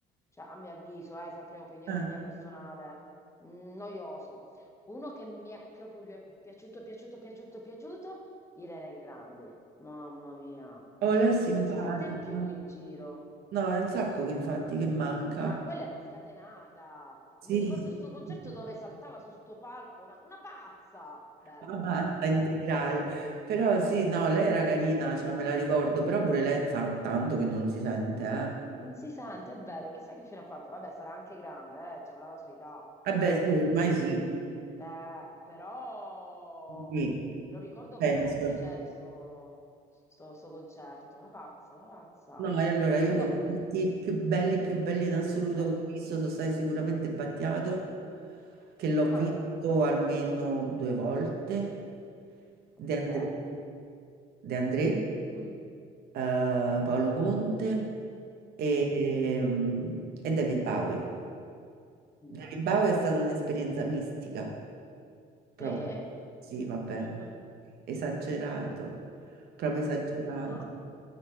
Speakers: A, on the left; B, on the right.
A: cioè a mio avviso, eh, sempre opinione
B: eh.
A: mia personale, mh, noioso. Uno che mi è più- proprio piaciuto, piaciuto, piaciuto, piaciuto, Irene Grandi. Mamma mia,
B: Oh, lei è simpatico.
A: non si sente più in giro.
B: No, è un sacco che infatti che manca.
A: Ma quella è una scatenata.
B: Sì,
A: Mi ricordo sto concerto
B: <laughs>
A: dove saltava su sto palco, una, una pazza. Bello
B: la matta
A: però, bello.
B: integrale. Però sì, no, lei era carina, cioè me la ricordo, però pure lei ta- tanto che non si sente, eh.
A: Non si sente, è vero, chissà che fine ha fatto. Vabbè, sarà anche grande, eh, ci avrà la sua età.
B: Eh
A: Eh,
B: beh, sì, ormai sì.
A: Eh, però
B: Sì,
A: lo ricordo
B: penso.
A: proprio con piacere sto, sto- sto concerto, una pazza, una pazza.
B: No, e allora io
A: Proprio
B: con
A: a-
B: tutti più belli, più belli in assoluto
A: eh.
B: che ho visto, sono stati sicuramente Battiato, che l'ho visto
A: Ah,
B: almeno due volte, De
A: ok.
B: André, De André
A: Mm.
B: eh, Paolo Conte e, ehm, e David Bowie.
A: Mm.
B: David Bowie è stata un'esperienza mistica, proprio.
A: Sì?
B: Sì, vabbè,
A: <laughs>
B: esagerato, proprio esagerato.
A: No,